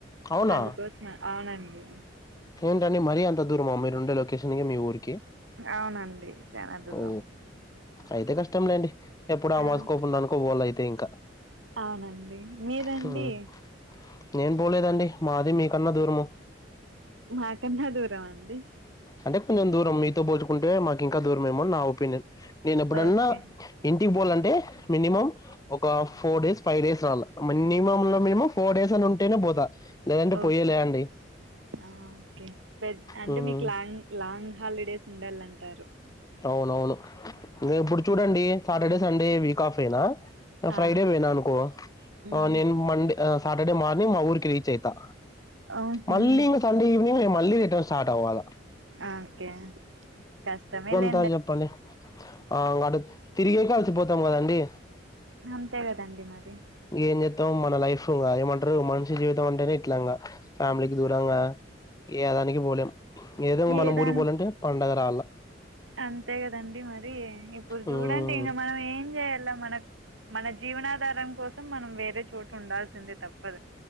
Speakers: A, on the left (about 20°); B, on the right (about 80°).
A: అవునా
B: అందుకోసమ అవునండి
A: ఏంటండి మరీ అంత దూరమా మీరు ఉండే లోకెషన్కి మీ ఊరికి
B: అవునండి చానా దూరం
A: ఓ అయితే కష్టం లేండి ఎప్పుడో అమావాస్యకొ
B: ఆ
A: పున్నాన్నుకో పోవాలా అయితే ఇంకా
B: అవునండి మీరండి
A: హ్మ్ నేను పోలేదండి మాది మీకన్నా దూరము
B: మాకన్నా దూరమా అండి
A: అంటే కొంచెం దూరం మీతో పోలుచుకుంటే మాకు ఇంకా దూరం ఏమోనని నా ఒపీనియన్ నేను ఎప్పుడన్నా
B: ఓకే
A: ఇంటికి పోలంటే మినిమం ఒక ఫోర్ డేస్ ఫైవ్ డేస్ రాల మినిమమ్ లో మినిమం ఫోర్ డేస్ అన ఉంటే పోతా లేదంటే
B: ఓకే
A: పోయేలే అండి
B: ఆ ఓకే పెద్ అంటే
A: హ్మ్
B: మీకు లాంగ్ లాంగ్ హాలిడేస్ ఉండాలంటారు
A: అవును అవును ఇప్పుడు చూడండి సాటర్డే సండే వీక్ ఆఫేనా అ
B: ఆ
A: ఫ్రైడే వోయినా అనుకో
B: మ్మ్
A: ఆ నేను మండ్ ఆ సాటర్డే మార్నింగ్ మా ఊరికి రీచ్ అయితా
B: ఆహా
A: మళ్ళీ ఇంగ్ సండే ఈవినింగ్ నే మళ్ళీ రిటర్న్ స్టార్ట్ అవ్వాలా
B: ఆ ఒకే కష్టమేలే
A: నాకు చెప్పండి ఆ అట తిరిగేకే అలిసిపోతాం కదండీ
B: అంతే కదండి మరి
A: ఏం చేత్తాం మన లైఫ్ ఆ ఏమంటరు మనిషి జీవితం అంటేనే ఇట్లాంగా ఫ్యామిలీకి దూరంగా ఏదానికి పోలేం ఏదో మనం
B: ఏదాని
A: ఊరికి పోవాలంటే పండగ రావాల
B: అంతే కదండి మరి ఇప్పుడు చూడండి
A: మ్మ్
B: ఇంగ మనం ఏం చేయాలో మనకు మన జీవనాధారం కోసం మనం వేరే చోటు ఉండాల్సిందే తప్పదు